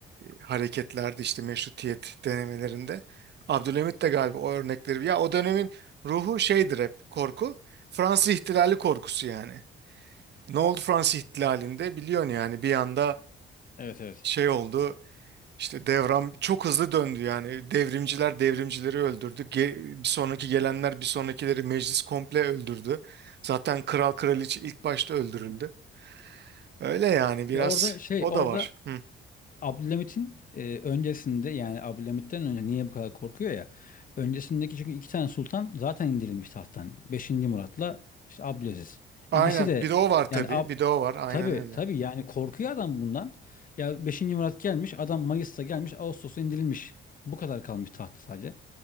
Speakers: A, on the right; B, on the left.
A: e, hareketlerde işte meşrutiyet denemelerinde. Abdülhamit de galiba o örnekleri. Ya o dönemin ruhu şeydir hep korku. Fransız ihtilali korkusu yani. Ne oldu Fransız ihtilalinde biliyorsun yani bir anda
B: Evet evet.
A: şey oldu. İşte devran çok hızlı döndü yani. Devrimciler devrimcileri öldürdü. Ge- bir sonraki gelenler bir sonrakileri meclis komple öldürdü. Zaten kral kraliçe ilk başta öldürüldü. Öyle yani biraz
B: Ya orada şey
A: o
B: orada
A: da var. Hı.
B: Abdülhamit'in e, öncesinde yani Abdülhamit'ten önce niye bu kadar korkuyor ya? Öncesindeki çünkü iki tane sultan zaten indirilmiş tahttan. Beşinci Murat'la işte Abdülaziz.
A: Aynen
B: İkisi de
A: bir de o var tabii.
B: yani ab
A: Bir de o var aynen
B: tabii
A: öyle.
B: tabii yani korkuyor adam bundan. Ya Beşinci Murat gelmiş adam Mayıs'ta gelmiş Ağustos'ta indirilmiş. Bu kadar kalmış tahtta sadece.